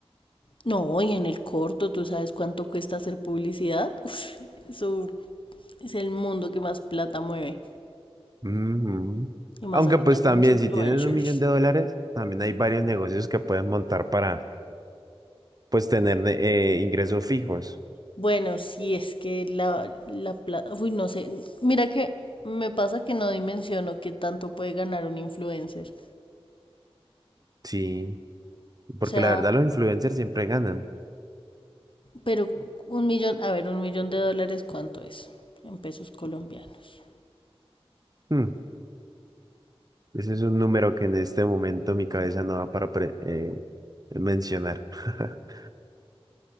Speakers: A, on the left; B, on the right.
A: No, y en el corto, ¿tú sabes cuánto cuesta hacer publicidad? Uf, eso es el mundo que más plata mueve.
B: Ujú.
A: Y más
B: Aunque
A: ahorita
B: pues
A: con
B: también
A: los influencers.
B: si tienes un millón de dólares, también hay varios negocios que puedes montar para pues tener eh, ingresos fijos.
A: Bueno, si es que la, la plata... Uy, no sé. Mira que me pasa que no dimensiono qué tanto puede ganar un influencer.
B: Sí, porque
A: O sea,
B: la verdad los influencers siempre ganan.
A: Pero un millón, a ver, un millón de dólares, ¿cuánto es en pesos colombianos?
B: Hmm. Ese es un número que en este momento mi cabeza no va para pre- eh, mencionar. <laughs>